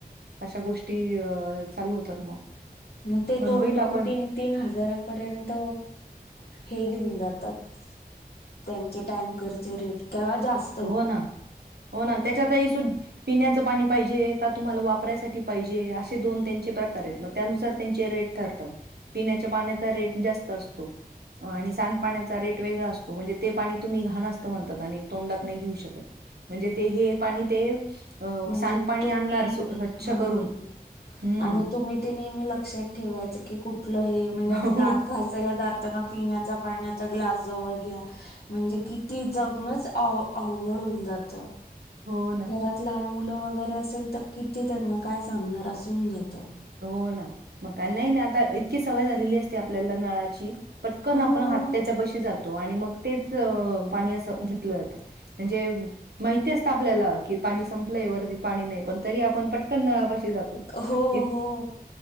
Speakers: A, on the right; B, on the left.
A: अशा गोष्टी अ चालू होतात. मग
B: मग ते
A: पण
B: दोन
A: होईल
B: -दोन
A: आपण
B: तीन तीन हजारापर्यंत हे घेऊन जातात. त्यांचे टँकरचे रेट केव्हा जास्
A: हो ना हो ना त्याच्यात ही सुद् पिण्याचं पाणी पाहिजे का तुम्हाला वापरायसाठी पाहिजे असे दोन त्यांचे प्रकार आहेत मग त्यानुसार त्यांचे रेट ठरतात. पिण्याच्या पाण्याचा रेट जास्त असतो आणि सांडपाण्याचा रेट वेगळा असतो म्हणजे ते पाणी तुम्ही घाण असत म्हणतात. अनिल तोंडात नाही घेऊ शकत म्हणजे ते हे पाणी ते अ
B: म्हणजे
A: सांडपाणी
B: तुम्ही
A: आणणार स्व - स्वच्छ
B: हा
A: करून हम्म
B: आणि तुम्ही ते नेहमी लक्षात ठेवायचं की कुठलं हे म्हणजे आता
A: हो
B: दात घासायला दात ताना पिण्याचा पाण्याचा ग्लास जवळ घ्या म्हणजे किती जगणच आव -अवघड होऊन जातं.
A: हो ना?
B: त्यात लहान मुलं वगैरे असेल तर किती त्यांना काय सांगणार अस होऊन जातं.
A: हो ना म का नाही ना आता इतकी सवय झालेली असते आपल्याला नळाची पटकन
B: हो.
A: आपण हात त्याच्या पशी जातो आणि मग तेच पाणी असं घेतलं जातं. म्हणजे माहिती असत आपल्याला. कि पाणी संपलंय वरती पाणी नाही. पण तरी आपण पट क नळापाशी जातो.
B: हो
A: इत
B: हो.